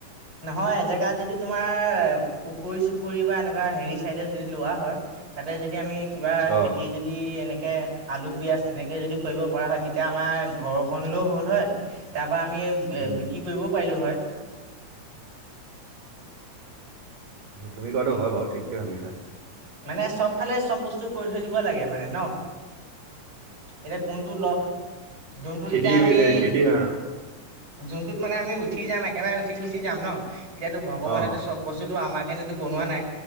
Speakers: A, on the right; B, on the right.
A: নহয় এজেগাত যদি তোমাৰ পুখুৰী-চুখুৰী বা এনেকুৱা হেৰি চাইডত যদি লোৱা হয় তাতে যদি আমি কিবা
B: অ
A: খেতি যদি এনেক- কে আলু, পিয়াজ তেনেকে যদি কৰিব পৰা হয় তেতিয়া আমাৰ ঘৰখনলৈও হ'ল হয় তা- বা আমি এ
B: উম।
A: বিক্ৰী কৰিবও পাৰিলো হয়।
B: তুমি কোৱাটো হয় বাও ঠিকেই ভাবিছা।
A: মানে চব ফালে চব বস্তু কৰি থৈ দিব লাগে মানে ন এতিয়া কোনটো ল যোনটোত
B: খেতি
A: তেতিয়া আমি
B: খেতি অ
A: যোনটোত মানে আমি উঠি যাম একেবাৰে উঠি গুচি যাম ন এতিয়াতো ভগৱানেটো
B: অ
A: চব বস্তুতটো আমাক সেইকাৰণেটো বনোৱা নাই